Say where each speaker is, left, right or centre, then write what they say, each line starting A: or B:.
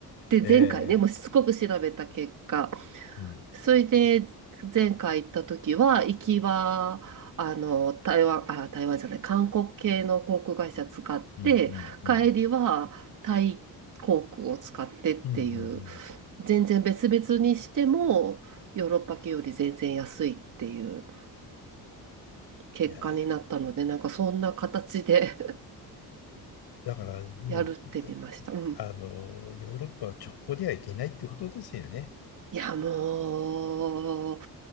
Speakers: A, on the right (about 50°); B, on the left (about 85°).
A: て、
B: ええ
A: 前回ね、もうしつこく調べた結果、
B: うん
A: それで前回行った時は、行きは、あの、台湾、あ、台湾じゃない、韓国系の航空会社使って、
B: うんうんうん。
A: 帰りはタイ航空を使ってっていう、
B: うんうんうん。
A: 全然別々にしても、ヨーロッパ系より全然安いっていう結果になったので、
B: いやー
A: なんかそんな形で
B: だからもう、
A: やるってみました。うん。
B: あの、ヨーロッパは直行では行けないってことですよね。
A: いや、もう、